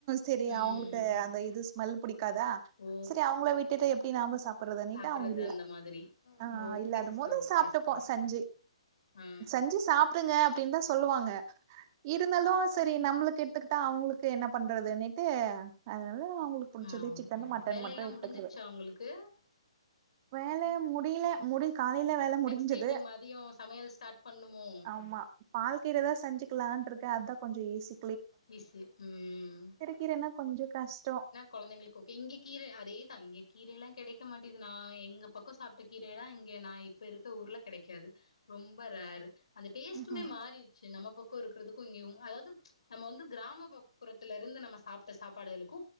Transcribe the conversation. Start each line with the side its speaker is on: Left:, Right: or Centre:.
Right: சரி
Left: ம்
Right: அவங்களுக்கு அந்த இது ஸ்மெல் பிடிக்காதா
Left: ஓ
Right: சரி அவங்கள விட்டுட்டு எப்டி நாம்ம சாப்பிடுறதுன்னட்டு
Left: சாப்பறது
Right: அவங்க இ
Left: அந்த மாதிரி
Right: ஆ
Left: ஓகே
Right: இல்லாத
Left: சிஸ்டர்
Right: போது
Left: ஓகே
Right: சாப்டுப்போ
Left: சிஸ்டர்
Right: செஞ்சு
Left: ஆ
Right: செஞ்சு சாப்பிடுங்க அப்டின்னு தா சொல்லுவாங்க இருந்தாலு சரி நம்மளுக்கு எடுத்துக்கிட்டா அவங்களுக்கு என்ன பண்றதுன்னட்டு அதனால அவங்களுக்கு புடிச்சது
Left: ஆ
Right: சிக்கன் மட்டன்
Left: வேலல்லா
Right: மட்டு எடுத்துக்குறது
Left: முடிஞ்சிடுச்சா உங்களுக்கு
Right: வேல முடியில முடி காலையில வேல முடிஞ்சது
Left: நெக்ஸ்ட் இனி மதியோ சமையல் ஸ்டார்ட் பண்ணுமோ
Right: ஆமா பால்கீரதா செஞ்சுக்கலான்ருக்கே அதா கொஞ்சொ ஈசி
Left: ஈசி ம்
Right: கீரனா கொஞ்ச கஷ்டோ
Left: கொழந்தைங்குளுக்கு ஓகே இங்க கீரே அதேதா இங்க கீரேல்லா கெடைக்க மாட்டிது நா எங்க பக்க சாப்ட்ட கீரேதா இங்கே நா இப் இப்ப இருக்க ஊர்ல கெடைக்காது ரொம்ப ரேரு அந்த டேஸ்டுமே
Right: ம்ஹூம்
Left: மாறி இரு ச்சு நம்ம பக்கம் இருக்குறதுக்கும் இங்கியும் அதாவது நம்ம வந்து கிராமப்புறத்துல இருந்து நம்ம சாப்ட்ட சாப்ப பாடுகளுக்கு